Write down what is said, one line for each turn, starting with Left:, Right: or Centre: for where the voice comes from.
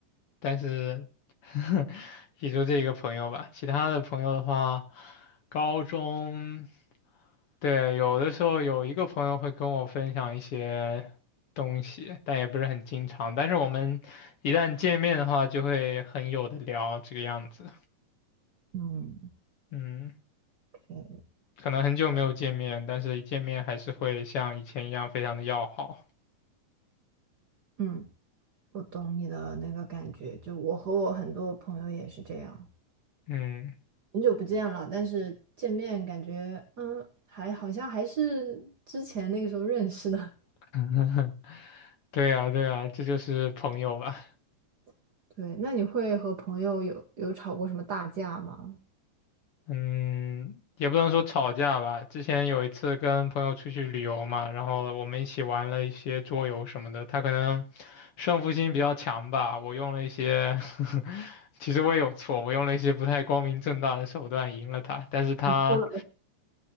Left: 但是 <laughs> 也就这一个朋友吧，其他的朋友的话，高中，对，有的时候有一个朋友会跟我分享一些东西，但也不是很经常，但是我们一旦见面的话，就会很有的聊这个样子。
Right: 嗯
Left: 嗯，
Right: o
Left: 可能很久没有见面，但是一见面还是会像以前一样非常的要好。
Right: 嗯我懂你的那个感觉，就我和我很多朋友也是这样，
Left: 嗯，
Right: 很久不见了，但是见面感觉嗯，还好像还是之前那个时候认识的。
Left: <laughs> 对呀，对呀，这就是朋友吧。
Right: <laughs> 对，那你会和朋友有有吵过什么大架吗？
Left: 嗯，也不能说吵架吧。之前有一次跟朋友出去旅游嘛，然后我们一起玩了一些桌游什么的。他可能胜负心比较强吧，我用了一些，<laughs> 其实我也有错，我用了一些不太光明正大的手段赢了他。但是他，
Right: <laughs> 了。